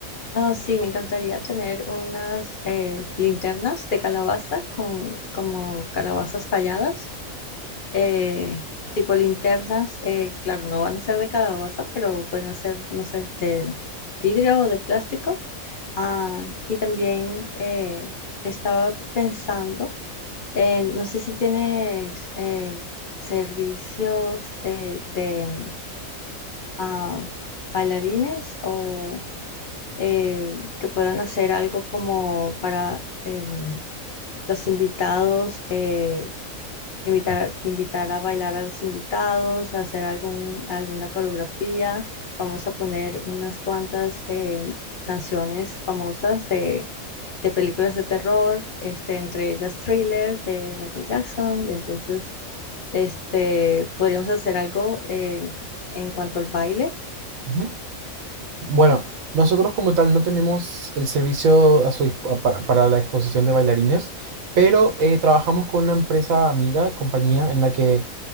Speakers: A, on the left (about 50°); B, on the right (about 75°).
A: Ah, sí, me encantaría tener unas eh, linternas de calabaza con como calabazas talladas, eh, tipo linternas, eh, claro, no van a ser de calabaza, pero pueden ser, no sé, de vidrio o de plástico. Ah, y también eh, estaba pensando Eh, no sé si tienes eh, servicios eh, de ah, bailarines o eh, que puedan hacer algo como para em, los invitados eh, Invitar, invitar a bailar a los invitados, a hacer algún, alguna coreografía. Vamos a poner unas cuantas eh, canciones famosas de, de películas de terror, este, entre ellas Thriller de Michael Jackson. Y entonces este, podríamos hacer algo eh, en cuanto al baile.
B: Ujú. Bueno, nosotros como tal no tenemos el servicio a su dispo- para, para la disposición de bailarines, pero eh, trabajamos con una empresa amiga, compañía, en la que